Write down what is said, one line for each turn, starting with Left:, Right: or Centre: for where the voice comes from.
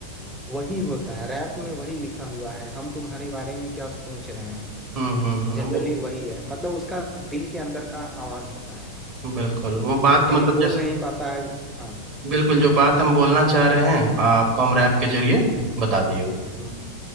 Centre: वही होता है रैप में वही लिखा हुआ है हम तुम्हारे बारे में क्या सोच रहे हैं
Right: हम्म हम्म हम्म,
Centre: जनरली
Right: वो
Centre: वही है मतलब उसका दिल के अंदर का आवाज होता है
Right: बिल्कुल वो बात
Centre: जो कहीं
Right: मतलब
Centre: बोल
Right: जैसे
Centre: नहीं पाता है हाँ
Right: बिल्कुल जो बात हम बोलना चाह रहे हैं आपको हम रैप के जरिए बता दिए वो
Centre: हम्म।